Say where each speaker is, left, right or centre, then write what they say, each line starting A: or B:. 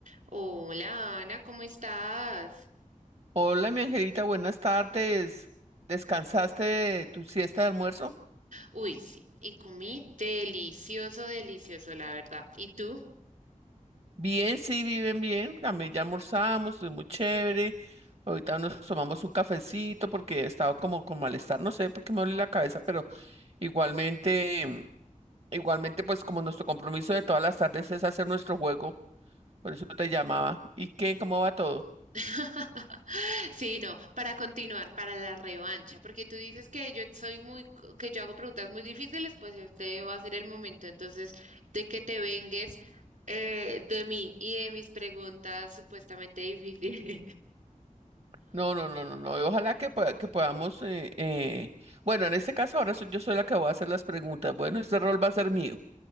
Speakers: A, on the right (about 75°); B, on the right (about 50°).
A: Hola Ana, ¿cómo estás?
B: Hola, mi angelita, buenas tardes. ¿Descansaste de tu siesta de almuerzo?
A: Uy, sí, y comí delicioso, delicioso, la verdad. ¿Y tú?
B: Bien, sí, viven bien. También ya almorzamos, estoy muy chévere. Ahorita nos tomamos un cafecito porque he estado como con malestar, no sé por qué me duele la cabeza, pero igualmente, mm, igualmente, pues como nuestro compromiso de todas las tardes es hacer nuestro juego, por eso te llamaba. ¿Y qué? ¿Cómo va todo?
A: <laughs> Sí, no, para continuar, para la revancha, porque tú dices que yo soy muy, co- que yo hago preguntas muy difíciles, pues este va a ser el momento entonces de que te vengues eh, de mí y de mis preguntas supuestamente difíciles.
B: No, no, no, no, no. y Ojalá que, pueda- que podamos, eh, eh, bueno, en este caso ahora soy, yo soy la que voy a hacer las preguntas. Bueno, este rol va a ser mío.